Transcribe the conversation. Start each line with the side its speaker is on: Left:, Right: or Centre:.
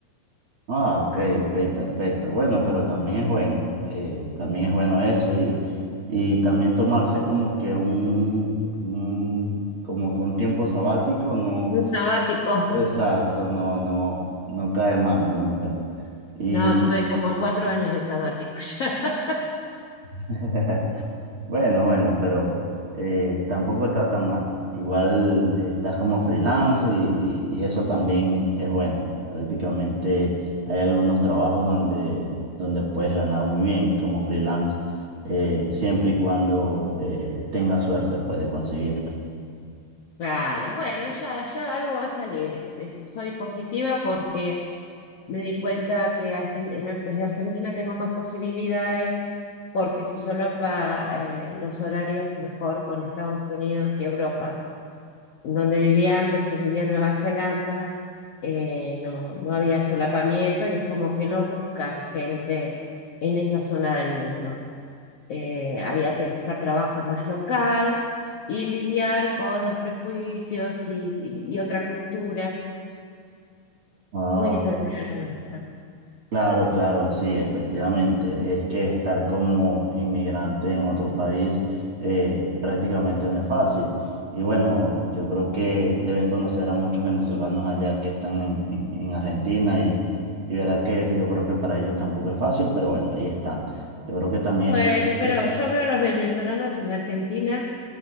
Right: Ah, ok, ok, perfecto. Bueno, pero también es bueno, eh, también es bueno eso y, y también tomarse como que un, un- como que un tiempo sabático, no,
Left: Un sabático.
Right: exacto, no, no, no cae mal nunca. Y
Left: No, tuve como cuatro años de sabático <laughs> ya.
Right: <laughs> Bueno, bueno, pero eh, tampoco está tan mal. Igual estás como freelance y, y- y eso también es bueno. Prácticamente hay algunos trabajos donde, donde puedes ganar muy bien como freelance, eh, siempre y cuando eh, tengas suerte puedes conseguirlo.
Left: Claro, bueno, ya, ya algo va a salir. Este, soy positiva porque me di cuenta que Argen- en Ar- desde Argentina tengo más posibilidades porque se solapa eh, los horarios mejor con Estados Unidos y Europa. Donde vivía antes, que vivía en Nueva Zelanda, eh, no, no había solapamiento y es como que no buscan gente en esa zona del mundo. eh, había que buscar trabajo más local y lidiar con los prejuicios y, y- y otra cultura
Right: Wao.
Left: muy diferente a la nuestra.
Right: Claro, claro, sí, efectivamente. Es que estar como inmigrante en otro país eh, prácticamente no es fácil. Y bueno, yo creo que debes conocer a muchos venezolanos allá que están en, en- en Argentina y, y verdad que yo creo que para ellos tampoco es fácil, pero bueno, ahí están. Yo creo que también
Left: Bueno,
Right: es cuestión...
Left: pero yo veo a los venezolanos en la Argentina